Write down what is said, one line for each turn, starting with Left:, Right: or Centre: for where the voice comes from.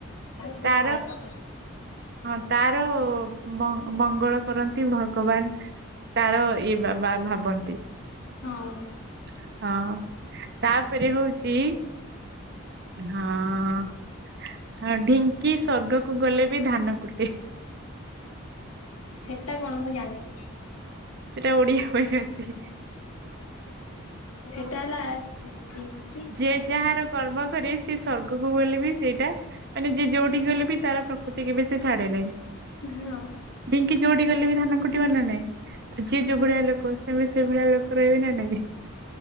Left: ସେ
Right: ତାର
Left: ଖରାପ ଟା
Right: ହଁ ତାର ମ ମଙ୍ଗଳ କରନ୍ତି ଭଗବାନ୍ ତାର ଇଏ ବାବା ଭାବନ୍ତି।
Left: ହଁ
Right: ହଁ ତାପରେ ହଉଚି ହଁ ଅ ଢିଙ୍କି ସ୍ଵର୍ଗକୁ ଗଲେ ବି ଧାନ କୁଟେ
Left: ସେଟା କଣ ମୁଁ ଜାଣିନି।
Right: ସେଟା ଓଡିଆ ପାଇଁ ଅଛି।
Left: ସେଟା ହେଲା ଢ଼ି
Right: ଯିଏ ଯାହାର କର୍ମ କରେ ସିଏ ସ୍ଵର୍ଗକୁ ଗଲେ ବି ସେଇଟା ମାନେ ଯିଏ ଯୋଉଠି ଗଲେ ବି ତାର ପ୍ରକୃତି କେବେ ସେ ଛାଡ଼େ ନାହିଁ
Left: ହଁ
Right: ଢଙ୍କି ଯୋଉଟିକି ଗଲେବି ଧାନ କୁଟିବ ନା ନାଇଁ? ଯିଏ ଯୋଉ ଭଳିଆ ଲୋକ ସିଏବି ସେଇ ଭଳିଆ ଲୋକ ରହିବେ ନା ନାଇଁ